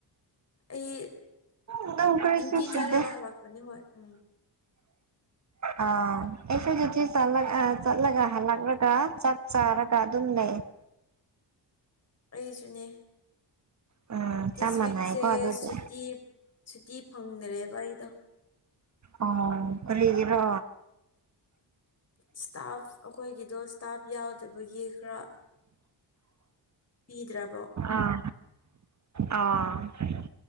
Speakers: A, on the left (about 35°); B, on the right (about 40°).
A: ꯑꯩ
B: ꯑꯗꯨꯝ ꯀꯔꯤꯁꯨ
A: ꯗ꯭ꯌꯨꯇꯤ
B: ꯁꯨꯗꯦ
A: ꯆꯠꯂꯒ ꯍꯜꯂꯛꯄꯅꯦ ꯍꯣꯏ ꯎꯝ
B: ꯑꯥ ꯑꯩꯈꯣꯏ ꯑꯗꯨꯗꯤ ꯆꯠꯂꯒ ꯍꯜꯂꯛꯂꯒ ꯆꯥꯛ ꯆꯥꯔꯒ ꯑꯗꯨꯝ ꯂꯩ ꯎ <unintelligible>
A: ꯑꯩꯁꯨꯅꯦ
B: ꯎꯝ
A: ꯗꯤꯁꯋꯤꯛꯁꯦ
B: ꯆꯞ ꯃꯥꯟꯅꯩꯀꯣ ꯑꯗꯨꯗꯤ
A: ꯁꯨꯇꯤ ꯁꯨꯇꯤ ꯐꯪꯗ꯭ꯔꯦꯕ ꯑꯩꯗ
B: ꯑꯣ ꯀꯔꯤꯒꯤꯔꯣ
A: ꯏꯁꯇꯥꯐ ꯑꯩꯈꯣꯏꯒꯤꯗꯣ ꯏꯁꯇꯥꯐ ꯌꯥꯎꯗꯕꯒꯤ ꯈꯔ ꯄꯤꯗ꯭ꯔꯥ
B: ꯑꯥ ꯑꯥ